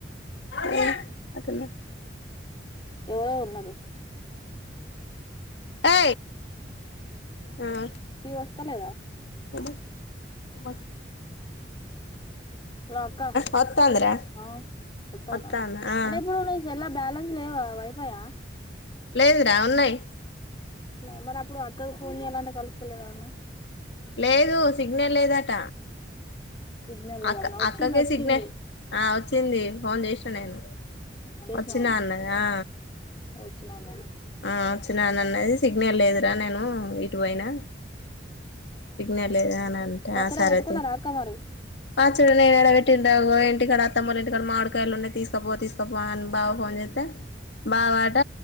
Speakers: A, on the left; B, on the left.
A: హ్మ్
B: ఎవరో ఉన్నారు
A: ఆ అ
B: టీ వస్తాలేదా
A: ఉమ ఉమ
B: లో అక్క
A: వత్తాందిరా
B: ఆ వత్తాన
A: వత్తాందా ఆ
B: అంటే ఇప్పుడు నీ సెల్లో బ్యాలె లేవా వైఫై యా
A: లేదురా ఉన్నాయి
B: న మరి అప్పుడు అక్కకు ఫోన్ ఎలాంట కలుస్తలేదా అన్న
A: లేదు సిగ్నల్ లేదట
B: సిగ్నల్ లేదన్న
A: అక్క
B: వచ్చింది
A: అక్కకే
B: వచ్చింది
A: సిగ్నే ఆ వచ్చింది ఫోన్ చేసి న నేను
B: చేసిన
A: వచ్చినా అన్నది ఆ
B: వచ్చినాను
A: ఆ వచ్చినానన్నది సిగ్నల్ లేదురా నేను ఇ టుపోయినా సిగ్నల్ లేదా అనంటే
B: పచ్చడి
A: ఆ సరే
B: పెట్టుకున్నారా అక్క మరి
A: పచ్చడి నేనేడ పెట్టి దేవో ఇంటికాడ అత్తమ్మోళ్ళింటికాడ మామిడికాయలు ఉన్నయ్ తీస్కోపో తీస్కోపో అని బావ ఫోన్ చే ట బవట